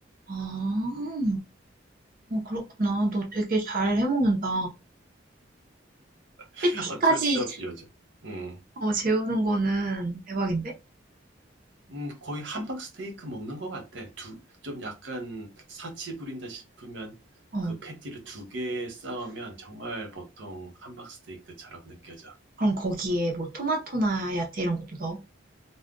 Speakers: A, on the right; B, on the right.
A: 아. 어 그렇구나. 너 되게 잘 해 먹는다.
B: <laughs>
A: 패티까지
B: 어쩔 수 없이 요즘. 음.
A: 어 재우는 거는 대박인데?
B: 음, 거의 함박 스테이크 먹는 것 같아. 두, 좀 약간 사치 부린다 싶으면
A: 어.
B: 그 패티를 두 개 싸우면 정말 보통 함박 스테이크처럼 느껴져.
A: 그럼 거기에 뭐 토마토나 야채 이런 것도 넣어?